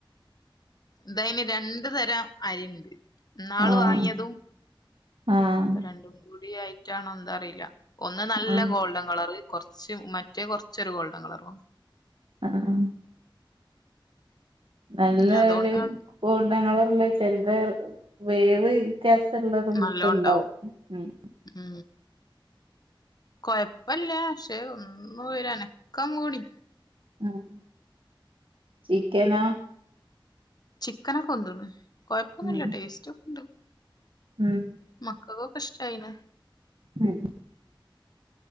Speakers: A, on the left; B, on the right.
A: ഇതയ്ന് രണ്ട് തരം അരിണ്ട് ഇന്നാള്
B: ആഹ്
A: വാങ്യെതും
B: ആഹ്
A: പ്പൊ രണ്ടും കൂടി ആയ്റ്റാണോ ന്ത അറീല ഒന്ന് നല്ല
B: ആഹ്
A: ഗോൾഡൻ കളറ് കൊർച്ച് മറ്റേ കൊർച്ചൊരു ഗോൾഡൻ കളറു വാ
B: അ അ ആഹ് നല്ല
A: ഉം അതുകൊണ്ടാണ്
B: ഒര് ഗോൾഡൻ കളറ്ള്ളത് ചെലത് വേവ് ത്യാസള്ളതും
A: നല്ലോം
B: ഒക്കെണ്ടാവും
A: ഉണ്ടാവും
B: ഉം
A: ഉം കൊയപ്പല്ല്യ ഷെ ഒന്ന് ഒരനക്കം കൂടി
B: ആണോ ചിക്കനോ
A: ചിക്കനൊക്കെ വെന്ത്ണ് കൊയപ്പൊന്നുല്ല
B: ഉം
A: ടേസ്റ്റോക്കെണ്ട്
B: ഉം
A: മക്കക്കൊക്കെ ഇഷ്ടായ്ന്
B: ഉം